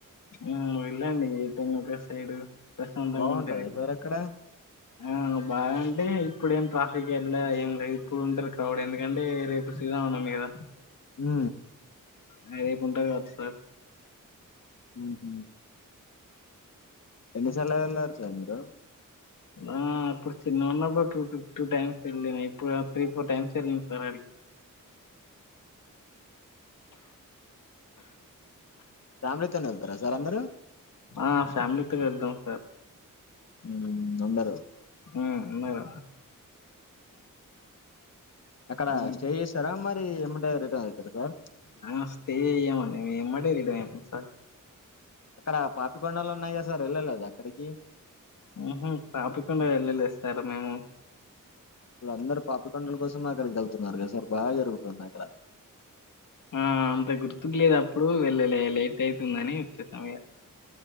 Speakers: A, on the left; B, on the left.
A: హ్మ్ వెళ్ళండి ఎటైనా ఒక సైడు ప్రశాంతంగా
B: బాగుంటదా
A: ఉంటది
B: సార్ అక్కడ
A: ఆ బాగాంటే ఇప్పుడేం ట్రాఫిక్ ఎళ్ళ ఏం ఇప్పుడు ఉంటారు క్రౌడ్ ఎందుకంటే రేపు శ్రీరామ నవమి కదా
B: మ్
A: అ రేపు ఉంటారూ కదా సార్
B: మ్ హ ఎన్నిసార్ల వెళ్ళారు సార్ మీరు
A: ఆ అప్పుడు చిన్నగా ఉన్నప్పుడు టూ టూ టైమ్స్ వెళ్ళిన ఇప్పుడు త్రీ ఫోర్ టైమ్స్ వెళ్ళి ఉంటా అడికి
B: ఫ్యామిలీతోనే వెళ్తారా సార్ అందరు
A: ఆ ఫ్యామిలీతో వెళ్తాం సార్
B: మ్ అన్నరు
A: ఆ అన్నారా
B: అక్కడ
A: ఉమ్,
B: స్టే చేసారా మరి ఎమ్మటే రిటర్న్ ఏందీ సార్
A: మేము స్టే చేయమండి మేం ఎమ్మటే రిటర్న్ ఐతం సార్
B: అక్కడ పాపికొండలు ఉన్నాయి కదా సార్ వెళ్ళలేద అక్కడికి
A: ఆహ పాపికొండ వెళ్లలేదు సార్ మేము
B: ఇప్పుడు అందరు పాపికొండల కోసమే అక్కడికి వెళ్తున్నారు కదా సార్ బాగా జరుగుతుంది అక్కడ
A: ఆ అంత గుర్తుకు లేదు అప్పుడు వెళ్ళలే లేట్ అవుతుందని వచ్చేసాం ఇగ